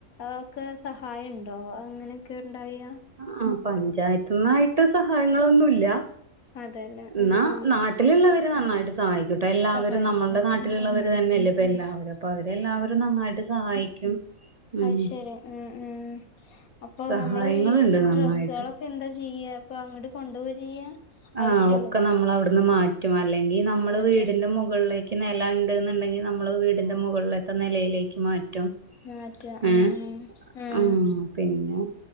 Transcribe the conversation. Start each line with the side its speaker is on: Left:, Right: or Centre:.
Left: ഒക്കെ സഹായണ്ടോ? അങ്ങനൊക്കെണ്ടായാ
Right: ആഹ് പഞ്ചായത്ത്ന്നായിട്ട് സഹായങ്ങളൊന്നുല്ല.
Left: അതെല്ലേ
Right: ഇന്നാ
Left: ഉം ഉം
Right: നാട്ട് ല്ള്ളവര് നന്നായിട്ട് സഹായിക്കൂട്ടൊ. എല്ലാവരും
Left: സഹായിക്കും
Right: നമ്മൾടെ നാട്ടില്ള്ളവര്
Left: ഉം
Right: തന്നെയന്നല്ലേ ഇപ്പൊ എല്ലാവരും. അപ്പം അവരെല്ലാവരും നന്നായിട്ട് സഹായിക്കും ഉം
Left: അയ്ശെരി ഉം ഉം. അപ്പൊ
Right: സഹായങ്ങളുണ്ട്
Left: നമ്മള് ഈ
Right: നന്നായിട്ട്
Left: ഡ്രെസ്സ്കളൊക്കെ എന്താ ചെയ്യ? അപ്പ അങ്ങട് കൊണ്ടോവാ ചെയ്യാ?
Right: ആഹ്
Left: ആവശ്യമുള്ളതോ
Right: ഒക്കെ നമ്മളവ്ട്ന്ന് മാറ്റും. അല്ലെങ്കി നമ്മള്
Left: മാറ്റാ
Right: വീടിന്റെ മുകളിലേ ക്ക് നെലണ്ട്ന്ന്ണ്ടെങ്കി നമ്മള് വീടിന്റെ മുകൾലെത്തെ നെലയിലേക്ക് മാറ്റും.
Left: മാറ്റും ആഹ്
Right: ഏഹ്
Left: ആഹ് ഉം
Right: ആഹ് പിന്നെ